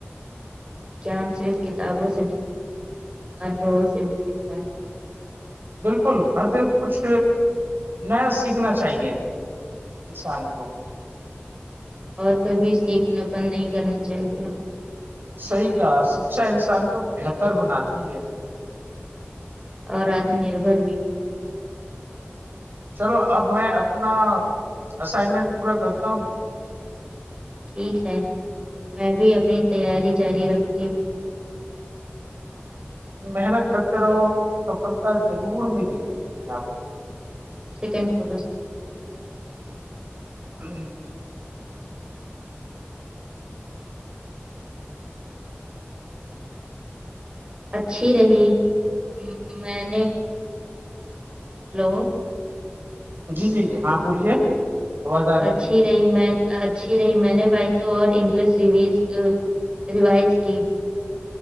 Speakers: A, on the right; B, on the right.
A: کین سے کتابوں سے اج بہت سے بھی کرتہ ہے
B: بالکل ہر دن کچھ نیا سیکھنا چاہیے انسان کو
A: اور کبھی سیکھنا بند نہیں کرنا چاہیے
B: صحیح کہا سچا انسان کو بہتر بناتی ہے
A: اور آتم نربھر بھی
B: چلو اب میں اپنا اسائنمنٹ پورا کرتا ہوں
A: ٹھیک ہے میں بھی اپنی تیاری جاری رکھتی ہوں
B: محنت کرتے رہو سفلتا ضرور ملے گی ایک دن آپ کو
A: سیکنڈ فولوز
B: وم ہوں
A: اچھی رہی مہ میں نے ہیلو
B: جی جی ہاں بولیے آواز آ رہی
A: اچھی
B: ہے
A: رہی میں اچھی رہی میں نے بھائی سو اور انگلش ریویز ریوائز کی